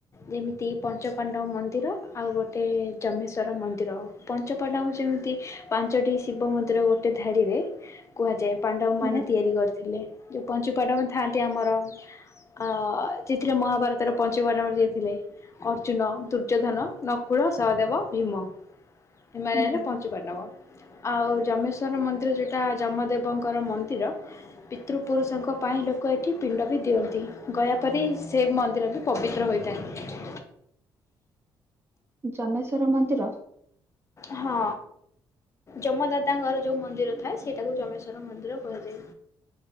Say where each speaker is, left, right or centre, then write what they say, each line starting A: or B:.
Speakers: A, on the left; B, on the right.
A: ଯେମିତି ପଞ୍ଚପାଣ୍ଡବ ମନ୍ଦିର, ଆଉ ଗୋଟେ ଜମେଶ୍ଵର ମନ୍ଦିର, ପଞ୍ଚପାଣ୍ଡବ। ଯେମିତି ପାଞ୍ଚଟି ଶିବ ମନ୍ଦିର ଗୋଟେ ଧାଡିରେ କୁହାଯାଏ। ପାଣ୍ଡବ
B: ହୁଁ
A: ମାନେ ତିଆରି କରି- ଥିଲେ। ଯଉପଞ୍ଚୁପାଣ୍ଡବ ଥାଆନ୍ତି ଆମର। ଆ ଯିଏ ଥିଲେ ମହାଭାରତର ପଞ୍ଚୁ ପାଣ୍ଡବ ଯିଏ ଥିଲେ। ଅର୍ଜୁନ, ଦୁର୍ଯ୍ୟୋଧନ, ନକୁଳ, ସହଦେବ, ଭୀମ ଏମାନେ ହେଲେ
B: ହୁଁ।
A: ପଞ୍ଚୁପାଣ୍ଡବ। ଆଉ ଯମେଶ୍ଵର ମନ୍ଦିର ଯେଉଟା ଯମଦେବଙ୍କର ମନ୍ଦିର ପିତୃପୁରୁଷଙ୍କ ପାଇଁ ଲୋକ ଏଠି ପିଣ୍ଡ ବି ଦିଅନ୍ତି। ଗୟାପରି ସେ ମନ୍ଦିର ବି ପବିତ୍ର ହୋଇଥାଏ।
B: ଜମେଶ୍ଵର ମନ୍ଦିର!
A: ହଁ, ଯମଦାଦାଙ୍କର ଯୋଉଁ ମନ୍ଦିର ଥାଏ, ସେଇଟାକୁ ଯମେଶ୍ଵର ମନ୍ଦିର କୁହାଯାଏ।